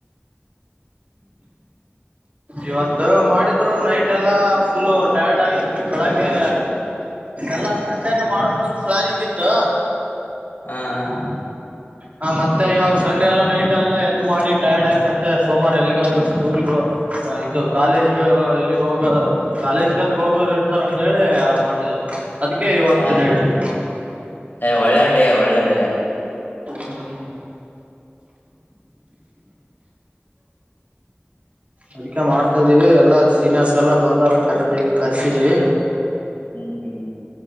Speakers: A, on the right (about 40°); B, on the left (about 60°).
A: ಇವತ್ತು ಮಾಡ ಆದ್ರೂ ನೈಟ್ ಎಲ್ಲ ಫುಲ್ಲು ಟೈಯಾರ್ಡ್ ಆಗಿರ್ತೀವಿ ಬೆಳಗ್ಗೆ ಎಲ್ಲ ಸಂಡೇನೇ ಮಾಡ್ಬೇಕಂದ್ರೆ ಪ್ಲಾನಿಂಗ್ ಇತ್ತು
B: ಹಾ ಹ
A: ಹ ಮತ್ತೆ ಇವಾಗ ಸಂಡೆ ಎಲ್ಲಾ ನೈಟ್ ಎಲ್ಲ ಎದ್ದು ಮಾಡಿ ಟಯಾರ್ಡ ಆಗಿ ಮತ್ತೆ ಸೋಮವಾರ ಎಲ್ಲಿಗಾದ್ರು ಸ್ಕೂಲ್ಗು ಆಯ್ತು ಕಾಲೇಜ್ಗ ಎಲ್ಲಿಗ್ ಹೋಗ ಕಾಲೇಜ್ ಕದಕ್ ಹೋಗೋರು ಇರ್ತಾರ ಅಂದೇಳಿ ಆ ಮಾಡ್ಲಿಲ್ಲ ಅದಕಕ್ಕೆ ಇವತ್ತ
B: ಹ
A: ನೈಟ್ ಇಟ್ರ್ರಿ
B: ಏ ಒಳ್ಳೆ ಡೇ ಒಳ್ಳೆ ಡೇ
A: ಹ್ಮ್ ಹ್ಮ ಅದಕ್ಕೆ ಮಾಡ್ತ ಹತ ಇದೀವಿ ಎಲ್ಲಾ ಸೀನಿಯರ್ಸ್ ಎಲ್ಲಾ ಬಂದಾರ ಕರೆದವಿ ಕರೆಸಿದೀವಿ
B: ಹ್ಮ್ ಹ್ಮ್